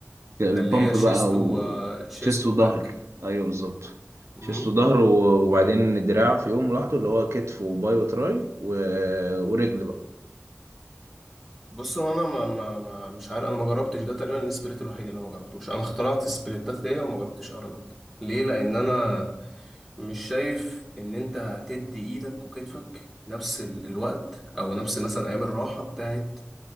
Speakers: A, on the right; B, in the centre.
A: البامب
B: ده اللي هي شيست
A: بقى وشيست
B: و شيست وباك
A: وظهر ايوه بالظبط
B: امم
A: شيست وظهر و- وبعدين الدراع في يوم لوحده اللي هو كتف وباي وتراي و... ورجل بقى
B: بص هو انا ما... ما... ما مش عارف انا ما جربتش ده تقريبا السبليت الوحيد اللي أنا ما جربتوش انا اخترعت السبليتات دي وما جربتش ارنولد ليه لان انا مش شايف ان انت هتدي ايدك وكتفك نفس ال- الوقت او نفس مثلا ايام الراحه بتاعت